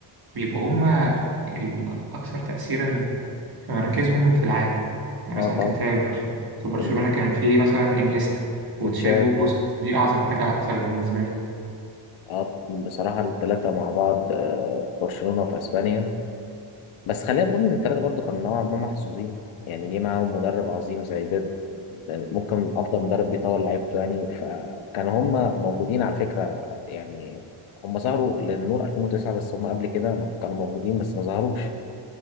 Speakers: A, on the right; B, on the left.
A: بيبقوا هما الأكثر تأثيرا في مراكزهم في العالم يعني
B: اه
A: مثلا ممكن
B: طبعا
A: تلاقي برش- في برشلونة
B: انت
A: كان في مثلا إنيستا
B: وتشافي
A: وتشافي وبوسكيتس دي أعظم حاجة حصلت بالنسبة لي
B: اه بصراحة الثلاثة مع بعض آه، في برشلونة وفي اسبانيا بس خلينا نقول ان الثلاثة برضو كانوا نوعا ما محظوظين يعني جه معاهم مدرب عظيم زي بيب يعني ممكن افضل مدرب بيطور لعيبته يعني فكانوا هم موجودين على فكرة يعني هم ظهروا للنور 2009 بس هم قبل كده ما كانوا موجودين بس ما ظهروش